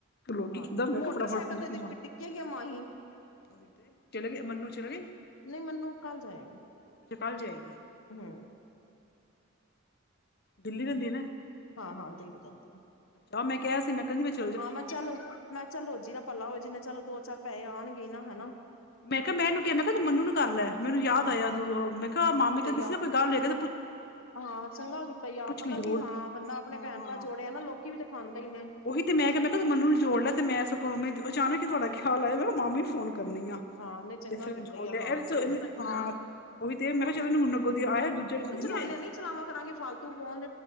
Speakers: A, on the left; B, on the left.
A: ਰੋਟੀ
B: ਹਾਂ
A: ਦੇ ਮੈਂ
B: ਮੋਟਰਸਾਈਕਲ
A: ਕਿਹਾ' ਫੜ-ਫੜ ਫਤੀ
B: ਤੇ ਡਿੱਗੇਗੀ
A: ਮਾਰਦਾ
B: ਮਾਹੀ
A: ਉਹੀ ਤੇ, ਚਲੇ ਗਈ ਮਨੂੰ ਚਲੇ ਗਈ।
B: ਨਹੀਂ ਮੈਨੂੰ ਕੱਲ ਜਾਏਗੀ
A: ਅੱਛਾ ਕੱਲ ਜਾਏਗੀ। ਠੀਕ
B: ਹੂੰ
A: ਹੈ ਦਿੱਲੀ ਰਹਿੰਦੀ ਐ ਨਾ
B: ਹਾਂ-ਹਾਂ ਦਿੱਲੀ ਰਹਿੰਦੀ ਐ
A: ਹਾ ਮੈਂ ਕਿਹਾ ਸੀ, ਮੈਂ ਕੇਹਾ ਸੀ ਵਿਚ
B: ਹਾਂ' ਮੈਂ ਚੱਲ ਮੈਂ ਕਿਹਾ ਚੱਲ ਰੋਜ਼ੀ ਦਾ ਭਲਾ ਹੋਵੇ, ਚਲ ਦੋ ਚਾਰ ਪੈਸੇ ਆਉਣਗੇ ਹੀ ਨਾ, ਹੈਨਾ
A: ਮੈਂ ਕਿਹਾ ਮੈਂਨੂੰ ਕਿਹਾ-ਮੈਂ ਕਿਹਾ ਤੂੰ ਮਨੂੰ ਮਨ ਨੂੰ ਕਰ ਲੈ, ਮੈਨੂੰ ਯਾਦ
B: ਹਾਂ
A: ਆਇਆ ਤੂੰ ਮੈਂ ਕਿਹਾ ਮਾਮੀ ਕਹਿੰਦੇ
B: ਆ
A: ਸੀ, ਨਾ ਕੋਈ ਗੱਲ ਲ ਕੇ
B: ਹਾਂ', ਚੰਗਾ ਕੀਤਾ ਹੀ, ਆ ਪਤਾ
A: ਲਈ ਜ਼ਰੂਰ
B: ਕਿ ਹਾਂ ਬੰਦਾ ਆਪਣੇ
A: ਹਾਂ
B: ਭੈਣ ਭਰਾ ਜੋੜਿਆ ਨਾ ਲੋਕ <unintelligible>
A: ਉਹੀ ਤੇ ਮੈਂ ਕਿਹਾ-ਮੈਂ ਕਿਹਾ ਮਨੂੰ ਨੂੰ ਜੋੜ ਲੈ, ਤੇ ਮੈਂ ਸਗੋ ਮੈਂ ਅਚਾਨਕ ਹੀ ਤੁਹਾਡਾ ਲ ਮ ਮਾਮੀ ਨੂੰ ਫੋਨ ਕਰਨੀ ਆ,
B: ਹਾਂ ਨਈ ਚੰਗਾ
A: ਤੇ ਫਿਰ
B: ਕੀਤਾ
A: ਜੋੜ
B: ਈ ਆ
A: ਲਿਆ
B: ਹਾਂ ਚਲੋ
A: ਇਹਨੇ।
B: ਪਤਾ ਕੀ ਹਾਂ
A: ਉਹੀ ਤੇ ਮੈਂ ਕਿਹਾ ਚਲੈ ਨੂੰ, ਹੁਣ ਅੱਗੋ ਦੀ ਆਇਆ ਦੂਜੇ ਨੂੰ ਮਿਲੀ ਹੈ।
B: ਚਲਾਂਦੇ ਨਹੀਂ ਚਲਾਵਾਂ ਕਰਾਂਗੇ ਫਾਲਤੂ ਫੋਨ,